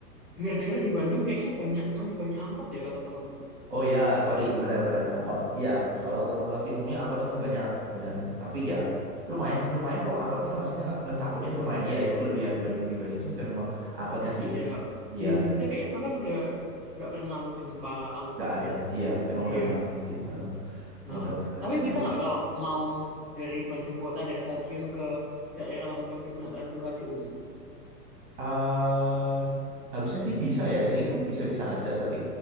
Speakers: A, in the centre; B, on the right (about 35°).
A: dengar-dengar di Bandung kayaknya banyak masih banyak angkot ya kata temanku.
B: Oh ya, sorry, benar-benar angkot. Iya,
A: Ah,
B: kalau untuk transportasi umumnya angkotnya masih banyak, benar. Tapi ya lumayan, lumayan kok angkotnya, maksudnya mencakupnya itu lumayan. Iya, itu kelebihan
A: mhm.
B: Bandung dibanding Jogja memang angkotnya sih.
A: iya.
B: Iya,
A: Di Jogja kayaknya bahkan udah nggak pernah aku jumpa angkot
B: nggak ada.
A: yang.
B: Iya, emang
A: Iya.
B: udah nggak ada sih. Heeh, Emang
A: heeh.
B: udah nggak
A: Tapi
B: ada.
A: bisa nggak kalau mau dari Bandung kota dari stasiun ke daerah Lembang gitu naik transportasi umum?
B: eh harusnya sih bisa ya. Seingatku bisa-bisa aja, tapi